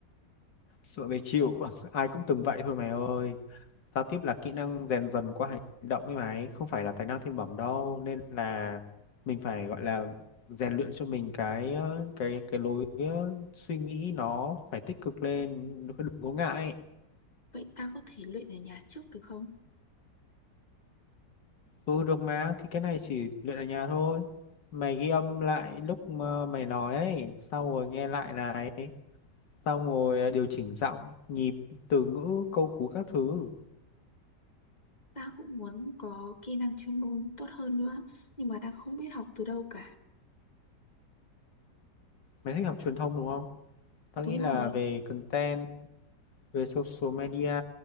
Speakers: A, on the left; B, on the left.
A: sợ về chịu <laughs> ai cũng từng vậy thôi mày ơi giao tiếp là kỹ năng rèn dần qua hành động ấy mày không phải là tài năng thiên bẩm đâu nên là mình phải gọi là rèn luyện cho mình cái ờ, cái cái lối ờ, suy nghĩ nó phải tích cực lên nó phải đừng có ngại
B: vậy tao có thể luyện ở nhà trước được không
A: ừ được mà thì cái này chỉ luyện ở nhà thôi mày ghi âm lại lúc mà mày nói ấy xong rồi nghe lại này xong rồi điều chỉnh giọng nhịp từ ngữ câu cú các thứ
B: Tao cũng muốn có kỹ năng chuyên môn tốt hơn nữa, nhưng mà đang không biết học từ đâu cả.
A: mày thích học truyền thông đúng không Tao
B: Đúng
A: nghĩ là
B: rồi.
A: về content, về social media,